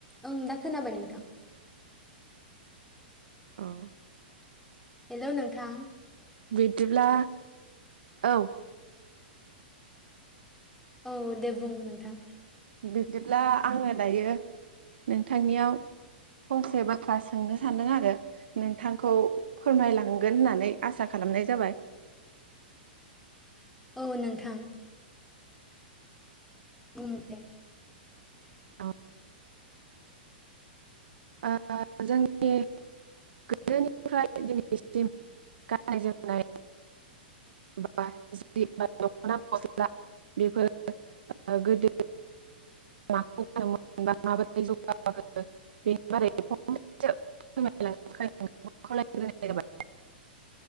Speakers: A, in the centre; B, on the right (about 75°).
A: ओं दा खोनाबाय नोंथां
B: औ
A: हेल' नोंथां
B: बिदिब्ला औ
A: औ दे बुं नोंथां
B: बिदिब्ला आङो दायो। नोंथांनियाव फंसे बाथ्रा सोंनो सानदों आरो नों थांखौ फोरमायलांगोन होननानै आसा खालामनाय जाबाय
A: औ नोंथां बुं दे
B: अ ओ जोंनि गोदोनिफ्राय दिनैसिम गाननाय जोमनाय बा जि बा दख'ना गस्ला बेफोरो ओ गोदो माखौ <unintelligible> बा माबोरै जगार जा <unintelligible> बेनि बारै <unintelligible> थाखाय <unintelligible>